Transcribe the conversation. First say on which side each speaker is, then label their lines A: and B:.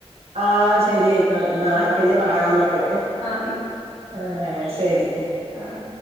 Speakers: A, on the right; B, on the left.
A: ആഹ ശെരിയായിക്കോട്ടെ നാ
B: ആഹ് ശരി
A: പിന്നെ
B: ശരി
A: കാണാമക്ക്
B: ആഹ്
A: ആ ശരി
B: ആഹ